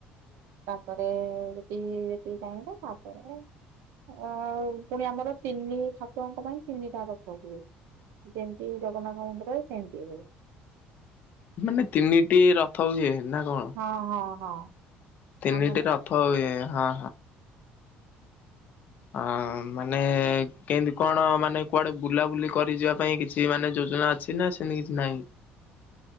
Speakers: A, on the right; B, on the left.
A: ତାପରେ <unintelligible> ତାପରେ ଅ ପୁଣି ଆମର ତିନି ଛାକୁଙ୍କ ପାଇଁ ତିନିଟା ରତ ହୁଏ। ଯେମିତି ଜଗନ୍ନାଥ ମନ୍ଦିର ସେମିତି ଏବେ।
B: ମାନେ ତିନିଟି ରଥ ହୁଏ। ନା କଣ?
A: ହଁ ହଁ ହଁ
B: ତିନିଟି
A: ଆମ
B: ରଥ ହୁଏ ହଁ ଅ ମାନେ କେମିତି କଣ ମାନେ କୁଆଡେ ବୁଲାବୁଲି କରି ଯିବା ପାଇଁ କିଛି ମାନେ ଯୋଜନା ଅଛି ନା ସେମିତି କିଛି ନାହିଁ।